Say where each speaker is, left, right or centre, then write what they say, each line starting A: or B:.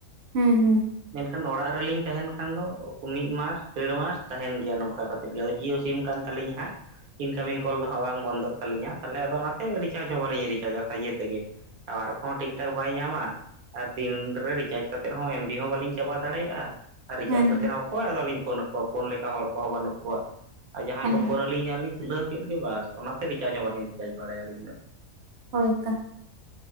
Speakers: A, on the right; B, on the right.
A: ᱦᱩᱸ ᱦᱩᱸ ᱾
B: ᱢᱮᱱᱠᱷᱟᱱ ᱱᱚᱲᱟᱜ ᱨᱮᱞᱤᱧ ᱛᱟᱦᱮᱱ ᱠᱷᱟᱱ ᱫᱚ ᱢᱤᱫ ᱢᱟᱥ ᱰᱮᱲ ᱢᱟᱥ ᱛᱟᱦᱮᱱ ᱜᱮᱭᱟ ᱱᱚᱝᱠᱟ ᱠᱟᱛᱼᱼ ᱡᱚ ᱡᱤᱭᱳ ᱥᱤᱢ ᱠᱟᱱ ᱛᱟᱹᱞᱤᱧ ᱦᱟᱸᱜᱼᱼ ᱤᱱᱠᱟᱢᱤᱝ ᱠᱚᱞ ᱫᱚ ᱦᱟᱸᱜ ᱵᱟᱝ ᱵᱚᱱᱫᱚᱜ ᱛᱟᱹᱞᱤᱧᱟ ᱛᱟᱦᱚᱞᱮ ᱟᱫᱚ ᱚᱱᱟᱛᱮ ᱨᱤᱪᱟᱨᱡᱽ ᱦᱚᱸ ᱵᱟᱞᱤᱧ ᱨᱤᱪᱟᱨᱡᱟ ᱠᱷᱟᱡᱮ ᱛᱮᱜᱮ ᱾ ᱴᱟᱣᱟᱨ ᱠᱚᱦᱚᱸ ᱴᱷᱤᱠ ᱴᱷᱟᱠ ᱵᱟᱭ ᱧᱟᱢᱟ ᱾ ᱟᱨ ᱫᱤᱱ ᱨᱮ ᱨᱤᱪᱟᱨᱡᱽ ᱠᱟᱛᱮᱫ ᱦᱚᱸ ᱮᱢ ᱵᱤ ᱦᱚᱸ ᱵᱟᱞᱤᱧ ᱪᱟᱵᱟ ᱫᱟᱲᱮᱭᱟᱜᱼᱟ, ᱟᱨ ᱨᱤᱪᱟᱨᱡᱽ
A: ᱦᱮᱸ
B: ᱠᱟᱛᱮ ᱦᱚᱸᱼᱼ ᱚᱠᱚᱭ ᱟᱫᱚᱞᱤᱧ ᱯᱷᱳᱱ ᱱᱟᱠᱚᱣᱟ ᱯᱷᱳᱱ ᱞᱮᱠᱟ ᱦᱚᱲ ᱠᱚᱦᱚᱸ ᱵᱟᱹᱱᱩᱜ ᱠᱚᱣᱟ ᱟᱨ ᱡᱟᱦᱟᱸᱭ
A: ᱦᱮᱸ
B: ᱠᱚ ᱯᱷᱳᱱ ᱱᱟᱹᱞᱤᱧ ᱠᱷᱟᱱᱞᱤᱧᱼᱼ ᱠᱷᱩᱞᱟᱹᱣ ᱠᱮᱫ ᱜᱮ ᱵᱟᱥ ᱚᱱᱟᱛᱮ ᱨᱤᱪᱟᱨᱡᱽ ᱦᱚᱸ ᱵᱟᱞᱤᱧ ᱨᱤᱪᱟᱨᱡᱽ ᱵᱟᱲᱟᱭᱟ ᱟᱹᱞᱤᱧ ᱫᱚ ᱾
A: ᱦᱚᱭ ᱚᱝᱠᱟ ᱾